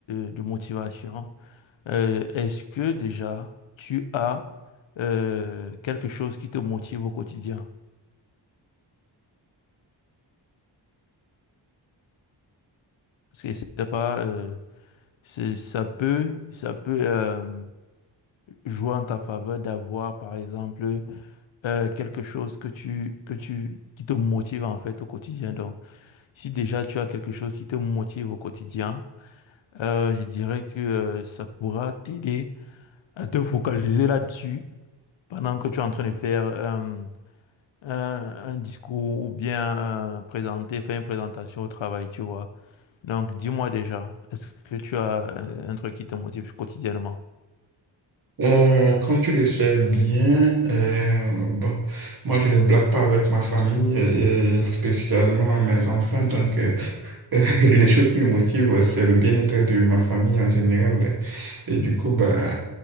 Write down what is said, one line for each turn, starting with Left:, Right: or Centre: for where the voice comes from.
Left: euh, de motivation, euh, est-ce que déjà tu as euh, quelque chose qui te motive au quotidien? Parce que c'est pas, euh, c'est- ça peut, ça peut euh, jouer en ta faveur d'avoir, par exemple, euh, quelque chose que tu, que tu, qui te motive en fait au quotidien. Donc, si déjà tu as quelque chose qui te motive au quotidien, euh, je dirais que euh, ça pourra t'aider à te focaliser là-dessus pendant que tu es en train de faire euh, un, un discours ou bien euh, présenter, faire une présentation au travail, tu vois. Donc, dis-moi déjà, est-ce que tu as euh, un truc qui te motive quotidiennement?
Right: Euh, comme tu le sais bien, euh, bon, moi je ne blague pas avec ma famille euh, et spécialement mes enfants, donc euh, <laughs> euh, l'une des choses qui me motive, c'est le bien-être de ma famille en général. Et du coup, bah,